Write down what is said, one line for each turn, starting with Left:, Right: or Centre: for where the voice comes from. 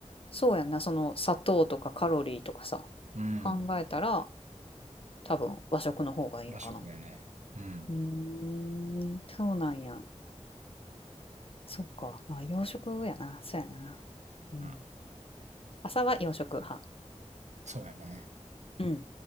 Left: そうやんな、その砂糖とかカロリーとかさ、
Right: うん。
Left: 考えたら多分和食の方がいいんかな。
Right: 和食やね。うん。
Left: うーん、そうなんや。そっか。まあ洋食やな。そうやな。うん。
Right: うん。
Left: 朝は洋食派。
Right: そうやね。
Left: うん。